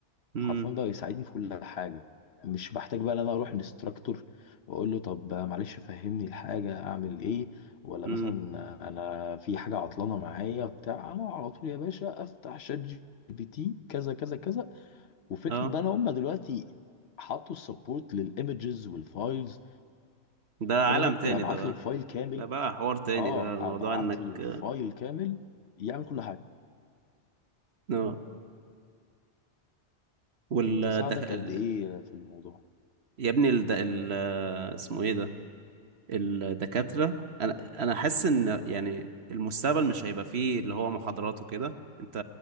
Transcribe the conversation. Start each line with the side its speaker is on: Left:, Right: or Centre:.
Right: امم
Left: حرفيا بقى يساعدني في كل حاجه مش بحتاج بقى ان انا اروح لانستراكتور واقول له طب معلش فهمني الحاجه اعمل ايه ولا
Right: امم
Left: مثلا انا في حاجه عطلانه معايا بتاع انا على طول يا باشا افتح شات جي بي تي كذا كذا كذا وفكره
Right: اه
Left: بقى ان هم دلوقتي حطوا السبورت للايمجز والفايلز
Right: ده
Left: فانا
Right: عالم
Left: ممكن
Right: تاني
Left: ابعت
Right: ده بقى
Left: له فايل كامل
Right: ده بقى حوار تاني
Left: اه
Right: ده موضوع
Left: ابعت
Right: انك
Left: له الفايل كامل يعمل كل حاجه
Right: اه وال
Left: انت ساعدك
Right: ده
Left: قد
Right: ال...
Left: ايه في الموضوع
Right: يا ابني ال... ده ال... آه، اسمه ايه ده الدكاترة انا انا حاسس ان يعني المستقبل مش هيبقى فيه اللي هو محاضرات وكده انت